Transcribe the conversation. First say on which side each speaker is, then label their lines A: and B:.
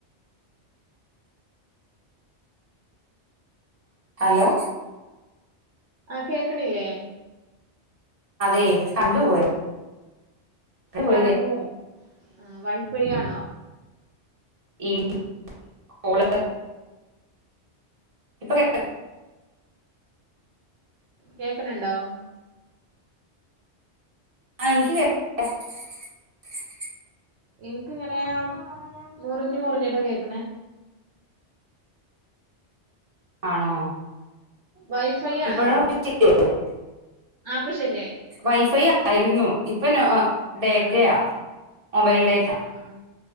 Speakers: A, on the right; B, on the right.
A: ഹലോ
B: ആഹ് കേക്കണില്ലേ
A: അതെ കണ്ടുപോയ
B: കറന്നു
A: പോയി കഴി
B: പോയ ആ വൈഫൈ ആണോ
A: <inaudible> ഇപ്പ <inaudible>
B: കേക്ക്ണ് ണ്ടോ?
A: ആഹ് എനിക്ക് <unintelligible>
B: ഇൻക്ക്ങ്ങനെ മുർഞ് മുർഞ്ഞിട്ടാ കേക്ക്ണെ.
A: ആണോ?
B: വൈഫൈ
A: ഇപ്പഴോ
B: ആണോ
A: <unintelligible>
B: ആ അപ്പൊ ശരിയായി
A: വൈഫൈ ആയിരുന്നു. ഇപ്പൊ നോ ഒ ഡേറ്റയാ.
B: ആ
A: മൊബൈൽ ഡേറ്റ
B: ആ ആ